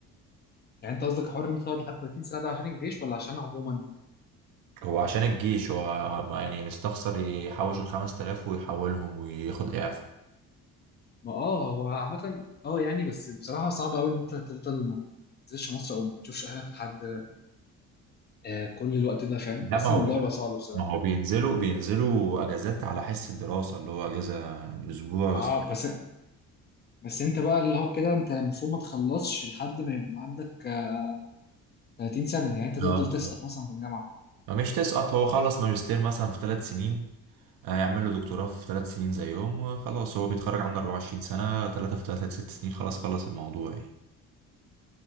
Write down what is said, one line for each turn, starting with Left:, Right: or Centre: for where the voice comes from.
Left: يعني انت قصدك حوار ان انت تقعد لحد 30 سنه ده عشان الجيش ولا عشان عموما
Right: هو عشان الجيش هو ما- يعني مستخسر يحوش الخمس تلاف ويحولهم وياخد إعفاء
Left: ما اه هو عامه اه يعني بس بصراحه صعب قوي ان انت تفضل ما تنزلش مصر او ما تشوفش اهلك لحد آه كل الوقت ده فاهم
Right: لا
Left: حاسس
Right: ما هو
Left: الموضوع
Right: بي-
Left: يبقى صعب بصراحه
Right: ما هو بينزلوا بينزلوا أجازات على حس الدراسة اللي هو أجازة أسبوع بس
Left: اه بس بس انت بقى اللي هو كده انت المفروض ما تخلصش لحد ما يبقى عندك آه، 30 سنة يعني انت تفضل
Right: اه بالظبط.
Left: تسقط مثلا في الجامعة
Right: مش تسقط هو خلص ماجستير مثلا في ثلاث سنين آه، يعمل له دكتوراه في ثلاث سنين زيهم وخلاص هو بيتخرج عنده 24 سنة ثلاثة في ثلاثة ست سنين خلاص خلص الموضوع يعني